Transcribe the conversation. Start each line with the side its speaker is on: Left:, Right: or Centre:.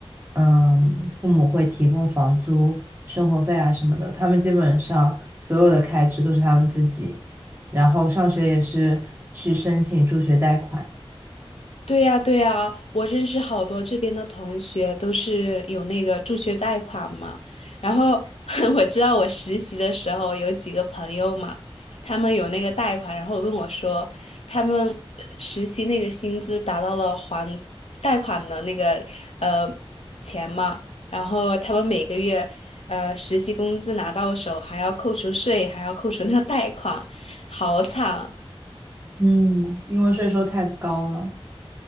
Right: 嗯，父母会提供房租、生活费啊什么的，他们基本上所有的开支都是他们自己。然后上学也是去申请助学贷款，
Left: 对呀，对呀，我认识好多这边的同学都是有那个助学贷款嘛。然后 <laughs> 我知道我实习的时候有几个朋友嘛，他们有那个贷款，然后跟我说他们呃实习那个薪资达到了还贷款的那个呃钱嘛，然后他们每个月呃实习工资拿到手还要扣除税，还要扣除那个贷款，好惨。
Right: 嗯，因为税收太高了。